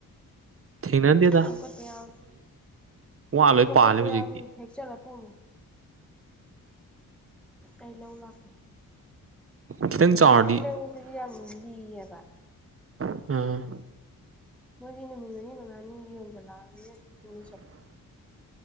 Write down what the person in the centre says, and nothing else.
ꯆꯣꯡꯈꯠꯄ ꯌꯥꯎ
ꯆꯣꯡꯈꯠꯄ
ꯌꯥꯎꯔꯗꯤ ꯍꯦꯛꯆꯜꯂ ꯊꯝꯃꯨ ꯑꯩ ꯂꯧ ꯂꯥꯛꯀꯦ
ꯕꯖꯥꯗꯩ ꯂꯩꯕꯗꯨꯗꯤ ꯌꯥꯝ ꯂꯤ ꯍꯥꯏꯕ
ꯃꯣꯏꯗꯤ ꯅꯨꯨꯃꯤꯠ ꯃꯔꯤ ꯃꯉꯥꯅꯤ ꯌꯣꯟꯖꯜꯂꯛꯑꯕꯅꯤꯅ ꯁꯨꯝ